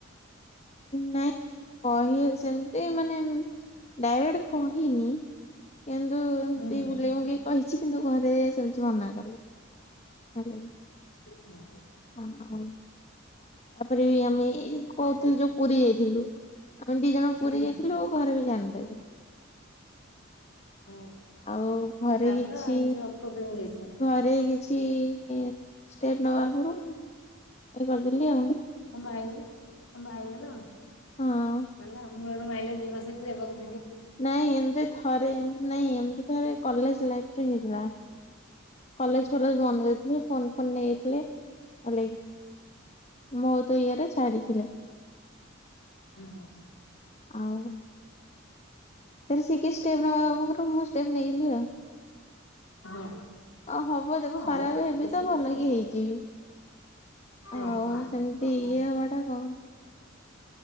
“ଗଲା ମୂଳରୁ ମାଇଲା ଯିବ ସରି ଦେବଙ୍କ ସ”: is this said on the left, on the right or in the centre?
Left